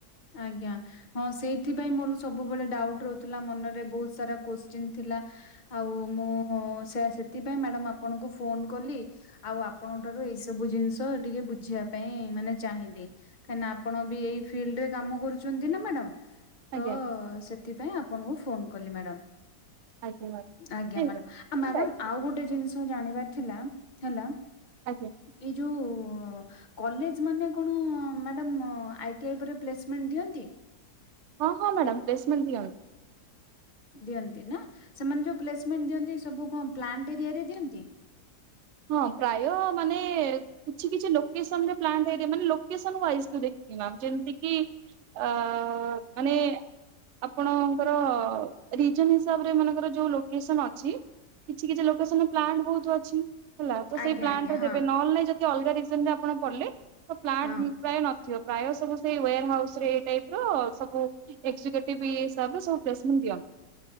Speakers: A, on the left (about 40°); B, on the right (about 65°).
A: ଆଜ୍ଞା। ହଁ ସେଇଥିପାଇଁ ମୋର ସବୁବେଳେ ଡାଉଟ୍ ରହୁଥିଲା ମନରେ ବହୁତ୍ ସାରା କୋଶ୍ଚିନ୍ ଥିଲା। ଆଉ ମୁଁ ସେ ସେୟା ସେଥିପାଇଁ ମ୍ୟାଡ଼ମ୍ ଆପଣଙ୍କୁ ଫୋନ୍ କଲି। ଆଉ ଆପଣଙ୍କ ଠାରୁ ଏଇ ସବୁ ଜିନିଷ ଟିକେ ବୁଝିବା ପାଇଁ ମାନେ ଚାହିଁଲି। କାହିଁକି ନା ଆପଣ ବି ଏଇ ଫିଲ୍ଡରେ କାମ କରୁଛନ୍ତି ନା ମ୍ୟାଡାମ୍ ତ
B: ଆଜ୍ଞା
A: ସେ ସେଥିପାଇଁ ଆପଣଙ୍କୁ ଫୋନ କଲି ମ୍ୟାଡ଼ାମ୍।
B: ଆଜ୍ଞା ମ୍ୟାଡ଼ାମ୍।
A: ଆଜ୍ଞା
B: ନାଇଁ
A: ମ୍ୟାଡ଼ାମ୍ ଆଉ ମ୍ୟାଡାମ
B: ନାଇଁ
A: ଆଉ ଗୋଟେ ଜିନିଷ ଜାଣିବାର ଥିଲା ହେଲା
B: ଆଜ୍ଞା।
A: ଏଇ ଯୋଉ କଲେଜ ମାନେ କଣ ମ୍ୟାଡ଼ାମ୍ ଆଇଟିଆଇ ପରେ ପ୍ଲେସମେଣ୍ଟ ଦିଅନ୍ତି।
B: ହଁ, ହଁ ମ୍ୟାଡ଼ାମ୍ ପ୍ଲେସମେଣ୍ଟ ଦିଅନ୍ତି।
A: ଦିଅନ୍ତି ନା ସେମାନେ ଯଉ ପ୍ଲେସମେଣ୍ଟ ଦିଅନ୍ତି ସବୁ କଣ ପ୍ଲାଣ୍ଟ ଏରିଆରେ ଦିଅନ୍ତି?
B: ହଁ ପ୍ରାୟ ମାନେ କିଛି କିଛି ଲୋକେସନ ରେ plant area location wise ଦେଖିକି ମ୍ୟାମ୍ ଜେମ୍ ତି କି ଅ ମାନେ ଆପଣଙ୍କର ରିଜନ ହିସାବରେ ମାନଙ୍କର ଯୋଉ ଲୋକେସନ ଅଛି। କିଛି କିଛି ଲୋକେସନ ପ୍ଲାଣ୍ଟ ବହୁତ ଅଛି। ହେଲା ତ ସେଇ
A: ଆଜ୍ଞା
B: ପ୍ଲାଣ୍ଟରେ
A: ଆଜ୍ଞା
B: ଦେବେ
A: ହଁ
B: ନହେଲେ ନାଇଁ ଯଦି ଅଲଗା ରିଜନରେ ଆପଣ ପଡିଲେ ତ ପ୍ଲାଣ୍ଟ
A: ହଁ
B: ପ୍ରାୟ ନ ପ୍ରାୟ ସବୁ ସେଇ ୱୋର ହାଉସରେ ଏଇ ଟାଇପର ସବୁ ଏକ୍ଯୁକେଟିଭ ଇଏ ହିସାବରେ ସବୁ ପ୍ଲେସମେଣ୍ଟ ଦିଅ।